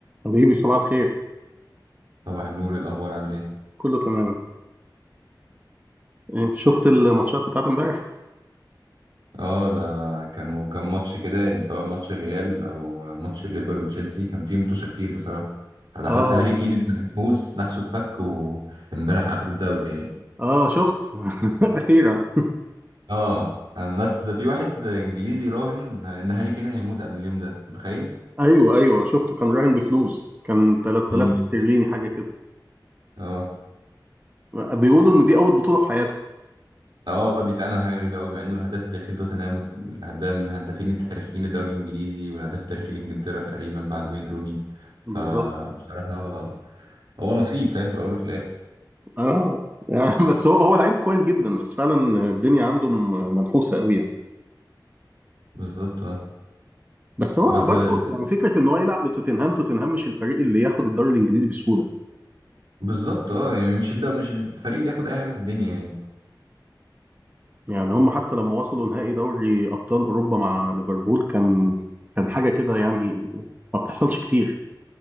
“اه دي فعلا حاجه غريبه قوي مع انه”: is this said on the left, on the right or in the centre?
Right